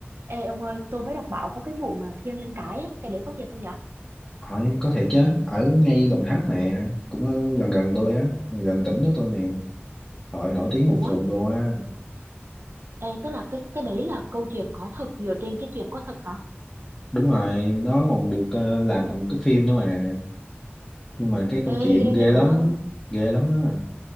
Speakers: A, on the right; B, on the left.
A: Ê ông ơi, tôi mới đọc báo có cái vụ mà thiêng lên cái ấy, cái đấy có thiệt không dạ?
B: Hỏi có thể chứ, ở ngay Đồng Tháp nè, cũng ờ, gần gần tôi á, gần gần tỉnh của tôi nè. Hội nổi tiếng một
A: Ủa,
B: vùng luôn á.
A: ê, tức là cái cái đấy là câu chuyện có thật dựa trên cái chuyện có thật hả?
B: Đúng rồi, nó còn được ờ, làm thành một cái phim nữa mà. Nhưng mà cái câu
A: Ê,
B: chuyện
A: ghê
B: ghê
A: vậy?
B: lắm, ghê lắm á.